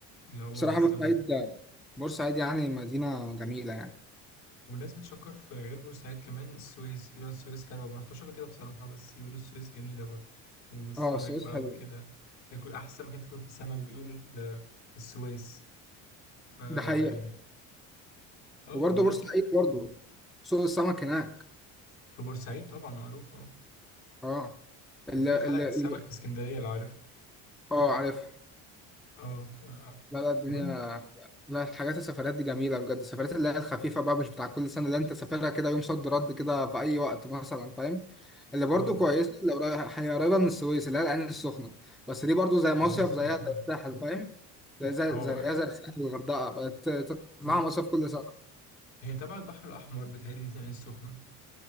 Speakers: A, on the left; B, in the centre.
A: اللي هو
B: بصراحة
A: مثلا
B: بورسعيد بورسعيد يعني مدينة جميلة يعني
A: والناس بتشكر في غير بورسعيد كمان السويس بيقولوا السويس حلوة ما رحتش قبل كده بصراحة بس بيقولوا السويس جميلة برضه والسمك
B: اه السويس
A: بقى
B: حلو
A: وكده تاكل أحسن مكان تاكل في السمك بيقولوا ال- السويس فيعني
B: ده حقيقة
A: اه
B: وبرضه
A: وغير
B: بورسعيد
A: كده
B: برضه سوق السمك هناك
A: في بورسعيد طبعا معروف اه
B: اه ال
A: وفي
B: ال
A: حلقة
B: ال
A: السمك في اسكندرية لو عارفها
B: اه عارفها
A: اه ف
B: لا لا الدنيا
A: كمان
B: لا الحاجات السفرات دي جميلة بجد السفرات اللي هي الخفيفة بقى مش بتاع كل سنة اللي انت سافرها كده يوم صد رد كده في أي وقت مثلا فاهم اللي برضه
A: اه
B: كويسة اللي قريبة هي قريبة من السويس اللي هي العين السخنة بس دي برضه زي مصيف
A: العين السخنة
B: زيها زي الساحل فاهم زي زي
A: اه
B: زيها زي الساحل الغردقة بقت تطلع
A: بت...
B: مصيف كل سنة
A: هي تبع البحر الأحمر بتهيألي العين السخنة